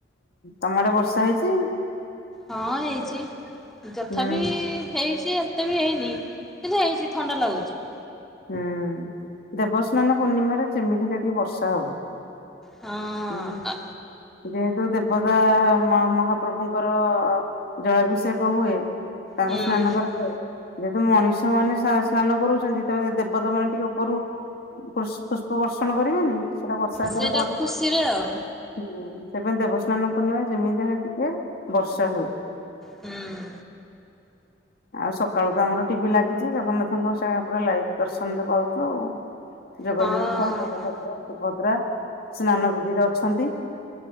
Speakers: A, on the left (about 55°); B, in the centre.
A: ତମଆଡେ ବର୍ଷା ହେଇଛି?
B: ହଁ ହେଇଛି ଯଥା
A: ହୁଁ
B: ବିି ହେଇଛି ଏ ମତେ ବି ହେଇନି କିନ୍ତୁ ହେଇଛି ଥଣ୍ଡା ଲାଗୁଛି ।
A: ହୁଁ ଦେବସ୍ନାନ ପୂର୍ଣ୍ଣିମାରେ ଯେମିତି ହେଲେ ଟିକେ ବର୍ଷା ହବ।
B: ହଁ
A: ଉଁ
B: ଅ।
A: ଯେହେତୁ ଦେବତା ମହାପ୍ରଭୁଙ୍କର ଜଳାଭିଷେକ ହୁଏ ତାଙ୍କୁ
B: ହୁଁ
A: ସ୍ନାନ କରାଯାଏ ।ଯେହେତୁ ମଣିଷ ମାନେ ସ୍ନାନ କରୁଛନ୍ତି ସେ ଦେବତା ମାନ ଟିକେ ଉପରୁ ପୁସ୍ - ପୁଷ୍ପ ବର୍ କରିବେନି ସେଟା ବର୍ଷା ଏକରେ
B: ସେଇଟା
A: ପଡେ
B: ଖୁସିରେ ଆଉ
A: । ହୁଁ! ସେପାଇ ଦେବସ୍ନାନ ପୂର୍ଣିମା ଯେମିତି ହେଲେ ଟିକେ ବର୍ଷା ହୁଏ।
B: ହୁଁ।
A: ଆଉ ସକାଳୁ ତ ଆମର ଟିଭି ଲାଗିଛି ଜଗନ୍ନାଥଙ୍କ ସେ ଲାଇଭ ଦର୍ଶନ ପାଉଛୁ ଆଉ। ଜଗନ୍ନାଥ,
B: ହଁ
A: ବଳଭଦ୍ର, ସୁଭଦ୍ରା ସ୍ନାନ ବିଧିରେ ଅଛନ୍ତି ।